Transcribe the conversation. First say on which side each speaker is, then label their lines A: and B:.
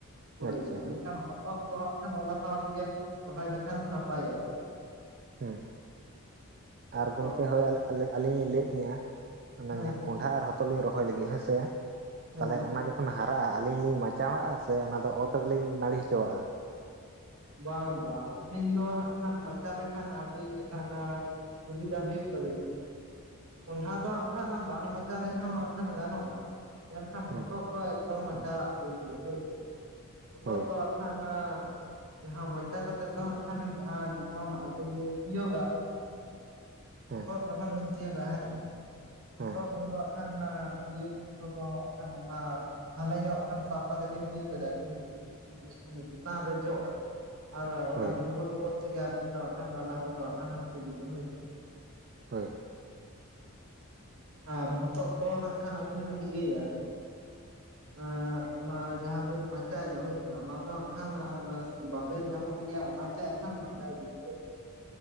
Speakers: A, on the right; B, on the right.
A: ᱯᱩᱨᱟᱹᱭ
B: ᱟᱪᱪᱷᱟ
A: ᱫᱚ
B: ᱦᱮᱸ
A: ᱢᱮᱱᱠᱷᱟᱱ ᱦᱚᱛᱚᱫ ᱫᱚ ᱦᱟᱸᱜ ᱠᱷᱟᱱ ᱚᱱᱟ ᱥᱟᱶ ᱛᱮᱜᱮ ᱨᱚᱦᱚᱭ ᱞᱮᱠᱷᱟᱱ ᱱᱟᱯᱟᱭᱚᱜᱼᱟ ᱾
B: ᱦᱩᱸ ᱟᱨ
A: ᱦᱚᱛᱚᱫ
B: ᱜᱚᱝᱠᱮ
A: ᱫᱚ
B: ᱦᱳᱭ ᱟ ᱟᱹᱞᱤᱧ ᱞᱤᱧ ᱞᱟᱹᱭᱮᱫ ᱛᱟᱦᱮᱸᱱᱟ, ᱚᱱᱮ
A: ᱦᱮᱸ
B: ᱡᱟᱦᱟᱸ ᱠᱚ ᱟᱨ ᱦᱚᱛᱚᱫ ᱞᱤᱧ ᱨᱚᱦᱚᱭ ᱞᱟᱹᱜᱤᱫ ᱦᱮᱸᱥᱮ
A: ᱦᱮᱸ
B: ᱛᱟᱦᱞᱮ ᱚᱱᱟ ᱡᱚᱠᱷ ᱠᱷᱚᱱ ᱦᱟᱨᱟᱜᱼᱟ, ᱟᱹᱞᱤᱧ ᱞᱤᱧ ᱢᱟᱪᱟᱣᱟᱜᱼᱟ ᱥᱮ ᱚᱱᱟᱫᱚ ᱚᱛ ᱨᱮᱞᱤᱧ ᱱᱟᱹᱲᱤ ᱦᱚᱪᱚᱣᱟᱜᱼᱟ?
A: ᱵᱟᱝ ᱵᱟᱝ ᱫᱤᱱ ᱫᱚ ᱦᱟᱸᱜ ᱠᱷᱟᱱ ᱢᱟᱪᱟ ᱞᱮᱠᱷᱟᱱ ᱟᱹᱰᱤ ᱠᱷᱟᱱᱼᱼ ᱥᱩᱵᱤᱫᱷᱟ ᱦᱩᱭᱩᱜ ᱛᱟᱵᱤᱱᱟ᱾ ᱠᱚᱸᱰᱦᱟ ᱫᱚ ᱦᱟᱸᱜ ᱠᱷᱟᱱ ᱵᱟᱝ ᱢᱟᱪᱟ ᱨᱮᱦᱚᱸ ᱦᱟᱸᱜ ᱠᱷᱟᱱ ᱜᱟᱱᱚᱜᱼᱟ, ᱮᱱᱠᱷᱟᱱ
B: ᱦᱮᱸ
A: ᱦᱚᱛᱚᱫ ᱫᱚ ᱮᱠᱫᱚᱢ ᱢᱟᱪᱟᱣᱟᱜ ᱵᱤᱱ ᱜᱮ ᱦᱳᱭᱥᱮ ᱦᱚᱛᱚᱜ
B: ᱦᱳᱭ
A: ᱫᱚ ᱦᱟᱸᱜ ᱠᱷᱟᱱ ᱟᱻ ᱡᱟᱦᱟᱸ ᱢᱟᱪᱟ ᱠᱟᱛᱮ ᱫᱚ ᱦᱟᱸᱜ ᱠᱷᱟᱱ ᱡᱟᱦᱟᱸ ᱡᱚᱠᱷᱚᱱ ᱟᱵᱤᱱ ᱵᱤᱱ ᱛᱤᱭᱳᱜᱟᱼᱼ
B: ᱦᱮᱸ
A: ᱦᱚᱛᱚᱫ ᱡᱚᱠᱷᱚᱱ ᱵᱤᱱ ᱛᱤᱭᱳᱜᱟ, ᱦᱮᱸ ᱥᱮ ᱦᱚᱛᱚᱫ
B: ᱦᱮᱸ
A: ᱩᱱ ᱫᱚ ᱠᱷᱟᱱ ᱛᱤᱭᱳᱜ ᱛᱮᱫᱚ ᱦᱟᱜ ᱠᱷᱟᱱ ᱚᱱᱟ ᱵᱷᱟᱞᱮ ᱧᱚᱜ ᱦᱟᱸᱜ ᱠᱷᱟᱱ ᱥᱟᱵ ᱠᱟᱛᱮᱫ ᱵᱤᱱ ᱛᱤᱭᱳᱜ ᱫᱟᱲᱮᱜᱼᱟ, <unintelligible> ᱪᱮᱛᱟᱱ ᱨᱮ ᱡᱚᱜᱼᱟ᱾ ᱟᱨ ᱵᱟᱠᱷᱟᱱ
B: ᱦᱳᱭ
A: ᱩᱸᱜᱚᱫ ᱩᱸᱜᱚᱫ ᱛᱮᱜᱮ ᱟᱵᱤᱱ ᱫᱚ ᱦᱟᱸᱜ ᱠᱷᱟᱱ ᱰᱟᱱᱰᱟ ᱠᱚᱫᱚ ᱦᱟᱸᱜ ᱦᱟᱥᱩ ᱵᱤᱱᱟᱹ ᱦᱳᱭᱥᱮ᱾
B: ᱦᱳᱭ᱾
A: ᱟᱨ ᱦᱚᱛᱚᱜ ᱫᱚ ᱦᱟᱸᱜ ᱠᱷᱟᱱ ᱟᱹᱵᱤᱱ ᱵᱤᱱ ᱤᱭᱟᱹᱭᱟ ᱦᱮᱸ ᱥᱮ᱾ ᱮᱸ ᱚᱱᱟ ᱡᱟᱦᱟᱸ ᱵᱤᱱ ᱢᱟᱪᱟᱭ ᱫᱚ ᱦᱳᱭᱥᱮ ᱚᱱᱟ ᱫᱚ ᱦᱟᱸᱜ ᱠᱷᱟᱱ <unintelligible> ᱵᱟᱵᱮᱨ ᱧᱟᱢᱚᱜ ᱜᱮᱭᱟ, ᱚᱱᱟᱼᱼ ᱛᱮ ᱦᱟᱜ ᱠᱷᱟᱱ ᱢᱟᱪᱟᱭ ᱵᱤᱱ ᱠᱟᱹᱡ᱾